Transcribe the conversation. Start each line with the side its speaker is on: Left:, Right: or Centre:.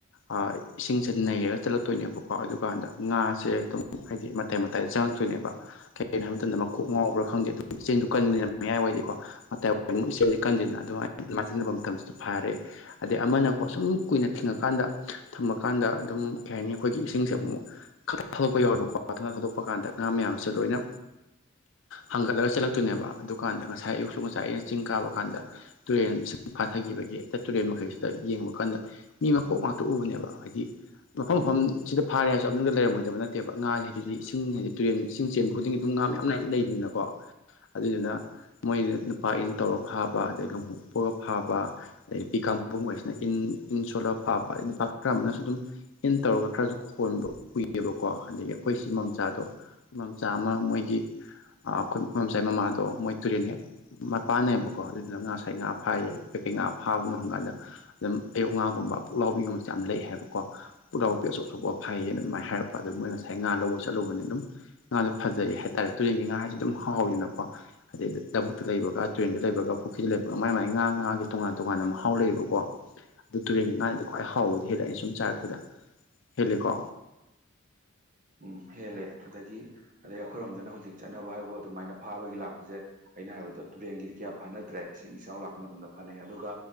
Left: ꯑ ꯏꯁꯤꯡꯁꯦ ꯅꯩꯔꯒ ꯆꯠꯂꯛꯇꯣꯏꯅꯦꯕꯀꯣ ꯑꯗꯨꯀꯥꯟꯗ ꯉꯥꯁꯦ ꯑꯗꯨꯝ ꯍꯥꯏꯗꯤ ꯃꯇꯥꯏ ꯃꯇꯥꯏꯗ ꯆꯪꯉꯛꯇꯣꯏꯅꯦꯕ ꯀꯩꯒꯤꯅꯣ ꯍꯥꯏꯕ ꯃꯇꯝꯗ ꯃꯀꯣꯛ ꯉꯥꯎꯕ꯭ꯔꯥ ꯈꯪꯗꯦ ꯑꯗꯨ ꯏꯆꯦꯟꯗꯨ ꯀꯟꯕꯅꯤꯅ ꯃꯌꯥꯏ ꯑꯣꯏꯗꯤꯀꯣ ꯑꯇ ꯄꯟ ꯏꯁꯤꯡꯁꯦ ꯀꯟꯗꯦꯗꯅ ꯑꯗꯨ ꯃꯥꯏꯅ ꯁꯤꯖꯤꯟꯅꯕ ꯃꯇꯝꯁꯤ ꯐꯔꯦ ꯑꯗꯩ ꯑꯃꯅꯀꯣ ꯁꯨꯝ ꯑꯗꯨꯝ ꯀꯨꯏꯅ ꯊꯤꯡꯉꯀꯥꯟꯗ ꯊꯝꯃꯀꯥꯟꯗ ꯑꯗꯨꯝ ꯀꯩ ꯍꯥꯏꯅꯤ ꯑꯩꯈꯣꯏꯒꯤ ꯏꯁꯤꯡꯁꯦ ꯑꯃꯨꯛꯃꯨꯛ ꯈꯡꯊꯥ ꯊꯗꯣꯛ ꯍꯣꯢ ꯌꯥꯎꯋꯦꯕꯀꯣ ꯈꯣꯊ ꯊꯥꯗꯣꯛꯄ ꯀꯥꯟꯗ ꯉꯥ ꯃꯌꯥꯝꯁꯦ ꯂꯣꯏꯅ ꯍꯪꯒꯠꯂꯒ ꯆꯠꯂꯛꯇꯣꯏꯅꯦꯕ ꯑꯗꯨꯀꯥꯟꯗ ꯉꯁꯥꯏ ꯑꯌꯨꯛꯁꯨ ꯉꯁꯥꯏ ꯑꯩꯅ ꯆꯤꯡ ꯀꯥꯕ ꯀꯥꯟꯗ ꯇꯨꯔꯦꯟ ꯐꯥꯊꯈꯤꯕꯒꯤ ꯍꯛꯇ ꯇꯨꯔꯦꯜ ꯃꯈꯩꯁꯤꯗ ꯌꯦꯡꯕ ꯀꯥꯟꯗ ꯃꯤ ꯃꯀꯣꯛ ꯉꯥꯛꯇ ꯎꯕꯅꯦꯕ ꯍꯥꯏꯗꯤ ꯃꯐꯝ ꯃꯐꯝ ꯁꯤꯗ ꯐꯥꯔꯦ ꯍꯥꯏꯔꯁꯨ ꯑꯗꯨꯗ ꯂꯩꯔꯝꯃꯣꯏꯗꯕ ꯅꯠꯇꯦ ꯅꯠꯇꯦꯕ ꯉꯥ ꯍꯥꯏꯗꯤ ꯏꯁꯤꯡ ꯍꯥꯏꯗꯤ ꯇꯨꯔꯦꯟ ꯏꯁꯤꯡ ꯆꯦꯟꯕ ꯈꯨꯗꯤꯡꯒꯤ ꯑꯗꯨꯝ ꯉꯥ ꯃꯌꯥꯝ ꯂꯩ ꯂꯩꯔꯤꯅꯤꯅꯀꯣ ꯑꯗꯨꯗꯨꯅ ꯃꯣꯏ ꯅꯨꯄꯥ ꯏꯟ ꯇꯧꯔꯒ ꯐꯥꯕ ꯑꯗꯩ ꯂꯨꯡꯎꯞ ꯎꯞꯄꯒ ꯐꯥꯕ ꯑꯗꯩ ꯅꯨꯄꯤ ꯀꯥ ꯀꯥꯡꯄꯨꯝ ꯑꯣꯢꯔꯤꯁꯤꯅ ꯏꯟ ꯏꯟ ꯁꯣꯂꯛꯑ ꯐꯥꯕ ꯑꯗꯩ ꯅꯨꯄꯥ ꯈꯔ ꯑꯃꯅꯁꯨ ꯑꯗꯨꯝ ꯏꯟ ꯇꯧꯔꯒ ꯈꯔꯁꯨ ꯈꯣꯟꯕ ꯎꯏꯌꯦꯕ ꯀꯣ ꯑꯗꯒꯤ ꯑꯩꯈꯣꯏ ꯁꯤ ꯃꯝꯆꯥꯗꯣ ꯃꯝꯆꯥ ꯑꯃ ꯃꯣꯏꯒꯤ ꯑꯩꯈꯣꯏ ꯃꯁꯥꯏ ꯃꯃꯥꯗꯣ ꯃꯣꯏ ꯇꯨꯔꯦꯟ ꯍꯦꯛ ꯃꯄꯥꯟꯅꯩꯕꯀꯣ ꯑꯗꯨꯅ ꯉꯥꯁꯏ ꯉꯥ ꯐꯥꯏꯌꯦ ꯉꯥ ꯐꯥꯕꯅꯣ ꯍꯪꯀꯟꯗ ꯑꯗꯨꯝ ꯑꯌꯣꯛ ꯉꯥꯒꯨꯝꯕ ꯄꯨꯛꯂꯥꯎꯕꯤꯒꯨꯝꯕꯁꯦ ꯌꯥꯝ ꯂꯩ ꯍꯥꯏꯕꯀꯣ ꯄꯨꯛꯂꯥꯎꯕꯤ ꯈꯣꯢ ꯆꯣꯞꯄ ꯐꯩꯏꯌꯦꯅ ꯑꯗꯨꯝꯃꯏꯅ ꯍꯣꯏꯔꯞ ꯑꯗꯨ ꯃꯣꯏ ꯉꯁꯥꯏ ꯉꯥ ꯂꯧꯕ ꯆꯠꯂꯨꯕꯅꯤ ꯑꯗꯨꯝ ꯉꯥꯗꯣ ꯐꯖꯩ ꯍꯥꯏꯇꯔꯦ ꯇꯨꯔꯦꯟꯒꯤ ꯉꯥ ꯍꯥꯏꯁꯦ ꯑꯗꯨꯝ ꯍꯥꯎꯋꯤꯗꯅꯀꯣ ꯍꯥꯢꯗꯤ ꯂꯕꯨꯨꯛꯇ ꯂꯩꯕꯒ ꯇꯨꯔꯦꯟꯗ ꯂꯩꯕꯒꯥ ꯄꯨꯈ꯭ꯔꯤꯗ ꯂꯩꯕꯒ ꯃꯥꯏ ꯃꯥꯏ ꯉꯥ ꯉꯥꯒꯤ ꯇꯣꯉꯥꯟ ꯇꯣꯉꯥꯟꯕ ꯃꯍꯥꯎ ꯂꯩꯌꯦꯕꯀꯣ ꯑꯗꯨ ꯇꯨꯔꯦꯟꯒꯤ ꯉꯥꯅꯗꯤ ꯈ꯭ꯋꯥꯏ ꯍꯥꯎꯕꯗꯤ ꯍꯦꯜꯂꯦ ꯑꯩꯅ ꯁꯨꯝ ꯆꯥꯔꯛꯄꯗ ꯍꯦꯜꯂꯦꯀꯣ
Right: ꯎꯝ ꯍꯦꯜꯂꯦ ꯑꯗꯒꯤ ꯑꯗꯒꯤ ꯑꯩꯈꯣꯏꯔꯣꯝꯗꯅ ꯍꯧꯖꯤꯛ ꯆꯠꯅꯕ ꯍꯥꯏꯕꯕꯨ ꯑꯗꯨꯃꯥꯏꯅ ꯐꯥꯕꯒꯤ ꯂꯥꯛꯄꯁꯦ ꯑꯩꯅ ꯍꯥꯏꯕꯗꯣ ꯇꯨꯔꯦꯟꯒꯤꯗꯤ ꯀꯌꯥ ꯐꯅꯗ꯭ꯔꯦ ꯏꯁꯤꯡ ꯏꯆꯥꯎ ꯂꯥꯛꯄ ꯃꯇꯝꯗ ꯐꯅꯩ ꯑꯗꯨꯒ